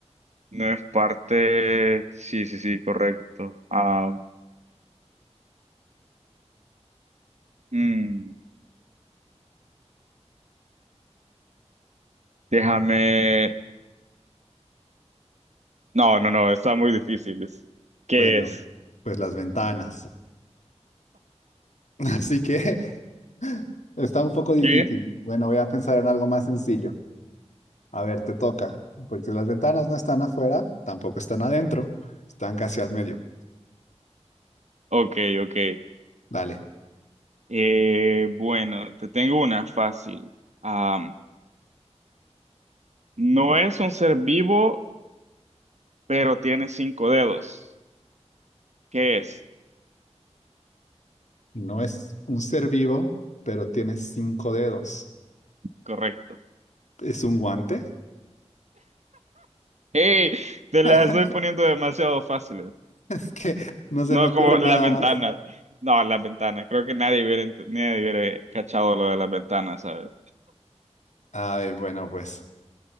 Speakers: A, on the right; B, on the left.
A: No es parte. Sí, sí, sí, correcto. Ah, mm, déjame. No, no, no, está muy difícil. Es- ¿Qué
B: Bueno,
A: es?
B: pues las ventanas. <laughs> Así que <laughs> está un poco difícil.
A: ¿Qué?
B: Bueno, voy a pensar en algo más sencillo. A ver, te toca, porque las ventanas no están afuera, tampoco están adentro, están casi al medio.
A: Ok, ok.
B: Dale,
A: Eh, bueno, te tengo una fácil. Am, no es un ser vivo, pero tiene cinco dedos. ¿Qué es?
B: no es un ser vivo, pero tiene cinco dedos.
A: Correcto.
B: ¿Es un guante?
A: ¡Ey! Te
B: <laughs>
A: las estoy poniendo demasiado fáciles.
B: Es que no se
A: No
B: me ocurre
A: como las
B: nada
A: ventanas.
B: más.
A: No, las ventanas. Creo que nadie hubiera, ent- nadie hubiera cachado lo de las ventanas, ¿sabes?
B: Ay, bueno, pues.